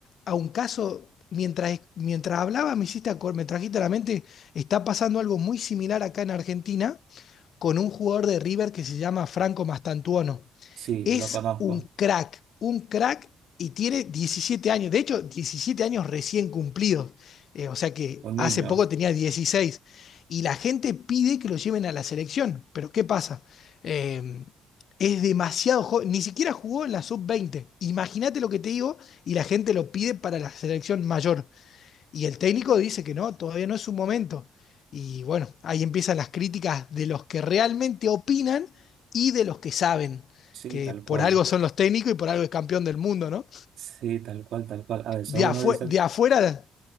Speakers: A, on the left; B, on the right.
A: A un caso, mientras, mientras hablaba, me hiciste acor- me trajiste a la mente, está pasando algo muy similar acá en Argentina con un jugador de River que se llama Franco Mastantuono.
B: Sí,
A: Es
B: lo conozco.
A: un crack, un crack y tiene 17 años, de hecho 17 años recién cumplidos, eh, o sea que
B: Un
A: hace
B: niño.
A: poco tenía 16 y la gente pide que lo lleven a la selección, pero ¿qué pasa? Eh, es demasiado joven, ni siquiera jugó en la sub veinte imagínate lo que te digo y la gente lo pide para la selección mayor. Y el técnico dice que no, todavía no es su momento. Y bueno, ahí empiezan las críticas de los que realmente opinan y de los que saben,
B: Sí,
A: que
B: tal
A: por
B: cual.
A: algo son los técnicos y por algo es campeón del mundo, ¿no?
B: Sí, tal cual, tal cual. A veces
A: De,
B: uno
A: afu-
B: dice
A: de afuera,